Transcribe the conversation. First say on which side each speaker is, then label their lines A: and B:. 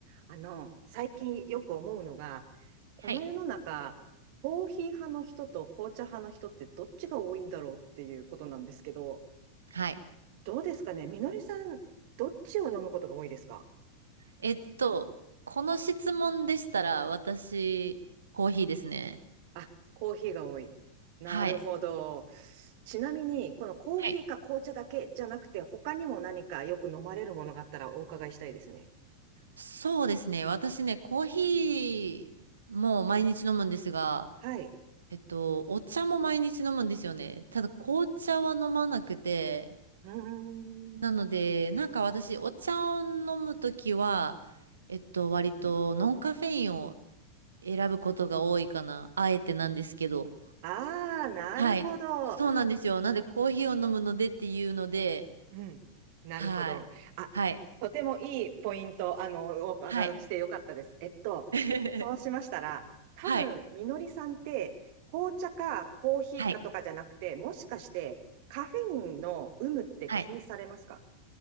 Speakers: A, on the right; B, on the right.
A: あの、最近よく思うのが、この世の中、
B: はい。
A: コーヒー派の人と紅茶派の人ってどっちが多いんだろうっていうことなんですけど、
B: はい。
A: どうですかねみのりさん、どっちを飲むことが多いですか
B: えっと、この質問でしたら、私、コーヒーですね。
A: あ、コーヒーが多い。なるほど。
B: はい。
A: ちなみに、このコーヒーか紅茶だけじゃなくて、
B: はい。
A: 他にも何かよく飲まれるものがあったらお伺いしたいですね。
B: そうですね。私ね、コーヒーも毎日飲むんですが、
A: はい。
B: えっと、お茶も毎日飲むんですよね。ただ、紅茶は飲まなくて、
A: うーん。
B: なので、なんか私、お茶を飲むときは、えっと、割とノンカフェインを
A: うん
B: 選ぶことが多いかな。あえてなんですけど。
A: ああー、なるほど。
B: はい。そうなんですよ。
A: あ、
B: なんでコーヒーを飲むのでっていうので、
A: うん。なるほど。
B: はい。
A: あ、
B: はい。
A: とてもいいポイント、あの、お伺いしてよかったです。
B: はい。
A: えっと、
B: <laughs>
A: そうしましたら、多分、
B: はい。
A: みのりさんって、紅茶かコーヒーかとかじゃなくて、
B: はい。
A: もしかして、カフェインの有無って気にされますか
B: はい。